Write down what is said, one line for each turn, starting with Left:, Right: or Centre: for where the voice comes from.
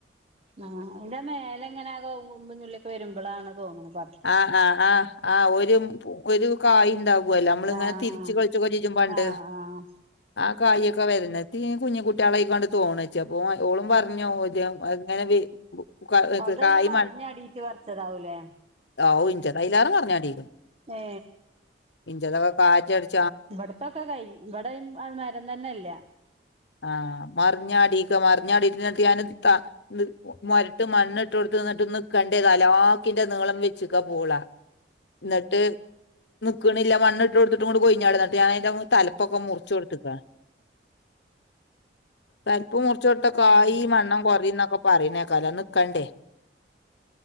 Right: ആഹ് അയ്‌ന്റെ മേലെ ഇങ്ങനെ, കൂർമ്പും ചുള്ളിയൊക്കെ വരുമ്പളാണ് തോന്ന്‌ന്നണത്.
Left: ആഹ് ആ ആ. ആ ഒരു പ് ഒരു കായി ഉണ്ടാകും. വല്ല. നമ്മള് ഇങ്ങനെ
Right: ആഹ്
Left: തിരിച്ച് കളിച്ച് <unintelligible> മ്പണ്ട്.
Right: ആഹ് ആഹ് ആഹ്
Left: ആ കായൊക്കെ വരുന്ന്‌. തീ കുഞ്ഞു കുട്ടികളായിക്കൊണ്ട് തോണ വച്ച. അപ്പോ അവ ഓളും പറഞ്ഞോ ഇ അങ്ങനെ. <inaudible>
Right: അത്
Left: കായ്
Right: അയ്‌ന് മറഞ് അടീട്ട് പറച്ചതാവുലേ?
Left: ആവു ന്റെ കയ് <unintelligible> മറഞ്ഞാടീണ്.
Right: ഏ.
Left: <unintelligible> കാറ്റടി
Right: ഇവിടത്തൊക്കെ കയ്യും ഇവിടെനെരം തന്നെല്ല.
Left: ആഹ് മറിഞ്ഞാടീക്ക മറിഞ്ഞാടീട്ട് നിട്ടു ഞാൻ ഇ താ മൊരട്ട് മണ്ണിട്ട് കൊടുത്ത് ന്നട്ട് നിക്കണ്ടേ. അലാക്കിന്റെ നീളം വെച്ച്ക്ക പൂള. ന്നട്ട്, നിക്ക്ണില്ല. മണ്ണിട്ട്ടുട്ടും കൊയ്ഞാടാണ്, ഇങ്ങട്ട് ഞാൻ അയ്‌ന്റെ തലപ്പൊക്കെ മുറിച്ച് കൊടുത്ത്ക്ക. <unintelligible> ചോട്ടക്കായി
Right: ആഹ്
Left: മണ്ണം കൊറിംന്നൊക്കെ പറയുന്നെക്കാല്ലോ, നിക്കണ്ടേ.